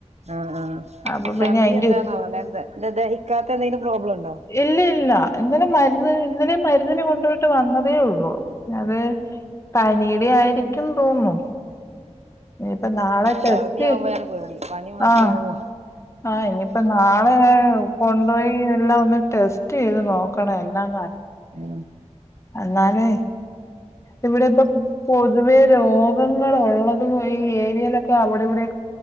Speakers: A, on the right; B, on the left.
A: ആഹ്
B: അപ്പൊ
A: ഛർദി
B: പിന്നെ അയിന്റെ
A: എന്താണാവോ
B: ഒരു
A: ല്ലേ ദദ ദഹിക്കാത്ത എന്തെങ്കിലും പ്രോബ്ലം ഉണ്ടോ
B: ഇല്ലില്ല ഇന്നലെ മരുന്ന് ഇന്നലെ മരുന്നിന് കൊണ്ട് പോയിട്ട് വന്നതേ ഉള്ളൂ അത് പനിയുടെ ആയിരിക്കും തോന്നുന്നു ഇനിയിപ്പ നാളെ ടെസ്റ്റ്
A: ഛർദി ആവുമ്പഴാണ് പേടി പനി മാത്രം
B: ആഹ്
A: ആവുവോ
B: ആഹ് ഇനിയിപ്പോ നാളെ കൊണ്ടുപോയി എല്ലാം ഒന്ന് ടെസ്റ്റ് ചെയ്ത് നോക്കണ എല്ലാം
A: ഉം
B: അന്നാലെ ഇവിടെ ഇപ്പോ പൊതുവെ രോഗങ്ങളാ ഉള്ളതും ഈ ഏരിയയിലൊക്കെ അവിടെ ഇവിടെ